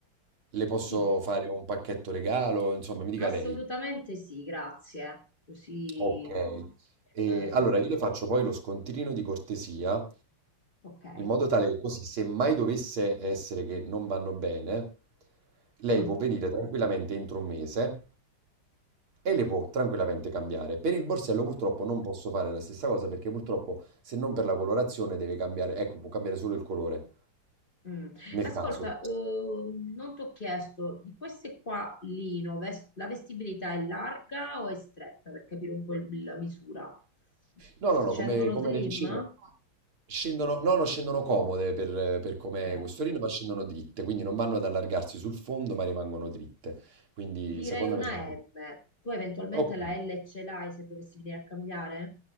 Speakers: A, on the right; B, on the left.
A: le posso
B: sì,
A: fare un pacchetto regalo, insomma, mi dica
B: assolutamente
A: lei.
B: sì, grazie. Così,
A: Ok. E
B: eh,
A: allora io le faccio poi lo scontrino di cortesia,
B: ok.
A: in modo tale che così, se mai dovesse essere che non vanno bene, lei
B: Mm,
A: può venire tranquillamente entro un mese e le può tranquillamente cambiare. Per il borsello purtroppo non posso fare la stessa cosa perché purtroppo se non per la colorazione deve cambiare, ecco, può cambiare solo il colore.
B: mm.
A: nel
B: Ascolta,
A: caso.
B: eh, non ti ho chiesto di queste qua, Lino, ves- la vestibilità è larga o è stretta per capire un po' il- la misura?
A: No,
B: Scendono
A: no, no, come, come
B: slim?
A: le dicevo, scendono, no, no, scendono comode per, per com'è
B: Ok.
A: questo rino, ma scendono dritte, quindi non vanno ad allargarsi sul fondo, ma rimangono dritte. Quindi
B: Direi
A: secondo
B: una
A: me sono...
B: M. Tu eventualmente
A: Ok.
B: la L ce l'hai se dovessi venire a cambiare?